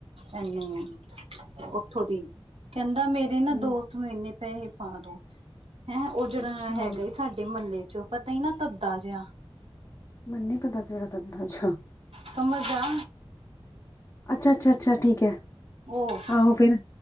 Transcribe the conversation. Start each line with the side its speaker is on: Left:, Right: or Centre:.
Right: ਐਨੀ ਉੱਥੋਂ ਦੀ ਕਹਿੰਦਾ ਮੇਰੇ ਨਾ
Left: ਹੂੰ
Right: ਦੋਸ। ਨੂੰ ਇੰਨੇ ਪੈਸੇ ਪਾ ਦੋ ਹੈ ਉਹ ਜਿਹੜਾ
Left: ਅੱਛਾ
Right: ਹੈ। ਸਾਡੇ ਮਹੱਲੇ ਚੋਂ ਪਤਾ ਹੀ ਨਾ ਧੱਦਾ ਜਿਹਾ।
Left: ਮੈਨੂੰ ਨੀ ਪਤਾ ਕਿਹੜਾ ਧੰਦਾ ਜਿਹਾ।
Right: ਸਮਝ ਆ।
Left: ਅੱਛਾ ਅੱਛਾ ਅੱਛਾ ਠੀਕ ਹੈ
Right: ਉਹ
Left: ਆਹੋ ਫਿਲ